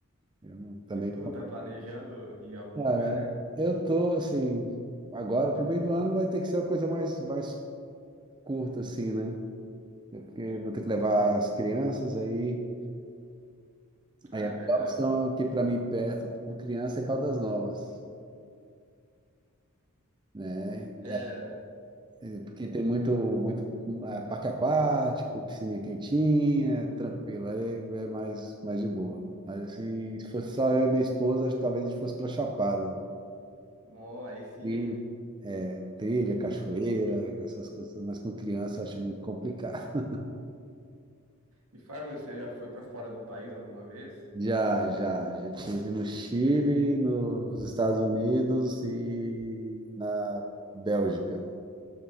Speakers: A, on the right; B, on the right.
A: Eu não- também
B: E tu tá planejando ir a algum
A: Cara,
B: lugar?
A: eu tô assim, agora pro meio do ano vai ter que ser uma coisa mais, mais curta, assim, né? É Porque vou ter que levar as crianças, aí, aí
B: Ah,
A: a
B: é verdade.
A: melhor opção aqui para mim perto com criança é Caldas Novas, né? E
B: É,
A: aí- Porque tem muito, muito ah, parque aquático, piscininha quentinha, tranquilo, aí é mais, mais de boa. Mas assim, se fosse só eu e minha esposa, acho que talvez a gente fosse para Chapada.
B: no, aí sim,
A: E
B: hein?
A: é, trilha, cachoeira, essas coisas, mas com criança eu acho muito complicado.
B: E Fábio, você já foi pra fora do país alguma vez?
A: Já, já, já tive no Chile, nos Estados Unidos e na Bélgica.